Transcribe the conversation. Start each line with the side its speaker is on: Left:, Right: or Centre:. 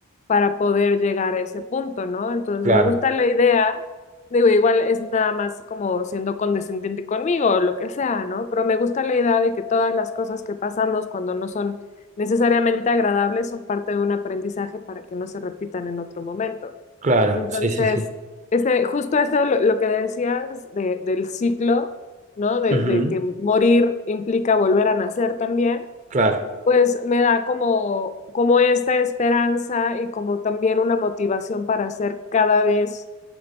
Left: para poder llegar a ese punto, ¿no? Entonces
Right: Claro,
Left: me gusta la idea, digo, igual es nada más como siendo condescendiente conmigo o lo que sea, ¿no? Pero me gusta la idea de que todas las cosas que pasamos cuando no son necesariamente agradables son parte de un aprendizaje para que no se repitan en otro momento.
Right: claro.
Left: Entonces,
Right: Sí, sí, sí.
Left: ese, justo eso lo, lo que decías de- del ciclo, ¿no? De,
Right: Ujú.
Left: de que morir implica volver a nacer también,
Right: Claro.
Left: pues me da como, como esta esperanza y como también una motivación para hacer cada vez